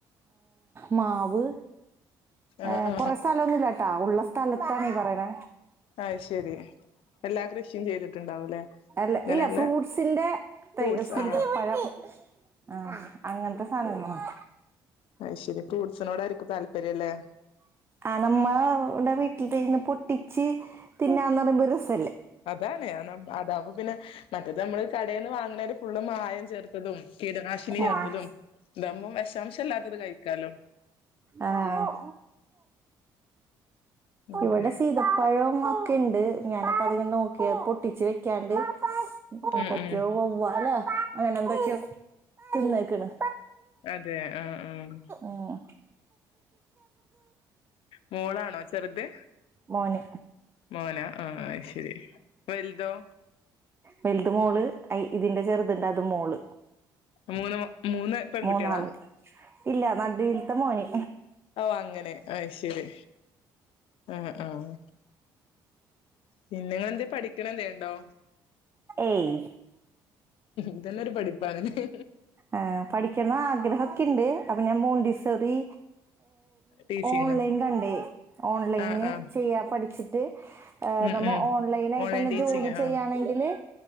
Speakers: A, on the right; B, on the left.
A: മാവ്
B: ആ
A: ഏ
B: ആ
A: കൊറെ സ്ഥലംന്നുമില്ലാട്ടാ ഉള്ള സ്ഥലത്തണീ പറയണ
B: ആയ് ശരി എല്ലാ കൃഷിയും ചെയ്തിട്ടുണ്ടാവൂല്ലേ
A: അല്ല
B: അങ്ങനെയുള്ള
A: ഇല്ല ഫ്രൂട്ട്സിന്റെ
B: ഫ്രൂട്ട്സ്
A: സീതപ്പഴം
B: ആ
A: ആഹ് അങ്ങനത്തെ സാനങ്ങള് മാത്രം
B: അയ് ശരി ഫ്രൂട്സിനോട ആരിക്കും താല്പര്യംല്ലേ
A: ആ നമ്മടെ വീട്ടിൽ തന്ന് പൊട്ടിച്ച് തിന്നന്ന് പറയുമ്പോ ഒരു രസ
B: അതാണ് അതാവ്പ പിന്നെ മറ്റത് നമ്മള് കടയിൽന്ന് വാങ്ങണല് ഫുള്ള് മായം ചേർത്തതും കീടനാശിനി ചേർത്തതും
A: ആഹ്
B: ഇതാവകുമ്പോം വിശാംശം ഇല്ലാത്തത് കഴിക്കാലോ
A: ആഹ്
B: അതെ
A: ഇവിടെ സീതപ്പഴം ഒക്കെ ഉണ്ട് ഞാനിപ്പോ അതി നോക്കിയ പൊട്ടിച്ചു വെക്കാണ്ട് എന്തൊക്കെയോ
B: ഉം ഉം
A: വവ്വാല അങ്ങനെ എന്തൊക്കെയോ തിന്നേക്കണ്
B: അതെ ആഹ് ആഹ്
A: ആഹ്
B: മോളാണോ ചെറുത്
A: മോന്
B: മോനാ ആ ശരി വൽതോ
A: വൽത് മോള് അ ഇതിന്റെ ചെർത്ണ്ട് അത് മോള്
B: മൂന്ന് മൂന്ന് പെൺകുട്ടികളാ
A: മൂന്നാള് ഇല്ല നടൂൽത്ത മോനി
B: ഓ അങ്ങനെ അയ് ശരി ആഹ് ആ ഹ് പിന്നെ ങ്ങളന്തേ പഠിക്കിണേന്തേണ്ടോ
A: ഏയ്
B: ഇതന്നെ ഒരു പഠിപ്പാണല്ലേ
A: ആ പഠിക്കുന്ന ആഗ്രഹൊക്കെണ്ട് അപ്പൊ ഞാൻ മോണ്ടിസോറി
B: ടീച്ചിങ്
A: ഓൺലൈൻ കണ്ടേ ഓൺലൈന്
B: ആഹ് ആഹ്
A: ചെയ്യാ പഠിച്ചിട്ട്
B: ഉം
A: നമ്മൾ
B: ഉം
A: ഓൺലൈയിട്ട്ന്നെ
B: ഓൺലൈൻ ടീച്ചിങ്
A: ജോലി ചെയ്യാണെങ്കിൽ
B: ആഹ്